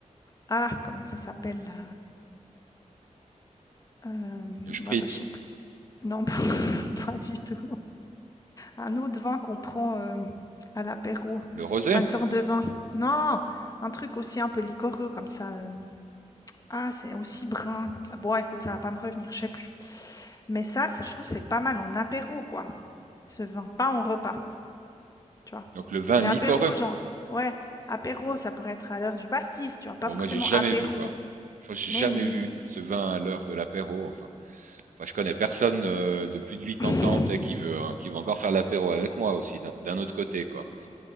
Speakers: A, on the left; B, on the right.
A: Ah, comment ça s'appelle? là, Euh,
B: Le spritz,
A: ouais, bah, je sais plus. Non, <laughs> pas du tout. Un autre vin qu'on prend euh, à l'apéro.
B: le rosé,
A: Enfin, une sorte de vin. Non, un truc aussi un peu liquoreux comme ça. euh. Ah, c'est aussi brun comme ça. Bon, écoute, ça va pas me revenir, je sais plus. Mais ça, c'est- je trouve, c'est pas mal en apéro, quoi. Ce vin, pas en repas, tu vois.
B: donc le vin
A: Mais
B: liquoreux.
A: apéro, genre. Ouais, apéro, ça pourrait être à l'heure du pastis, tu vois. Pas
B: Bon,
A: forcément
B: moi, j'ai jamais
A: apéro.
B: vu, quoi. Je crois que j'ai
A: Mais
B: jamais
A: oui.
B: vu ce vin à l'heure de l'apéro. Enfin, enfin, je connais personne euh, de plus de 80
A: <laughs>
B: ans, tu sais, qui veut, hein, qui veut encore faire l'apéro avec moi aussi, d'un d'un autre côté, quoi.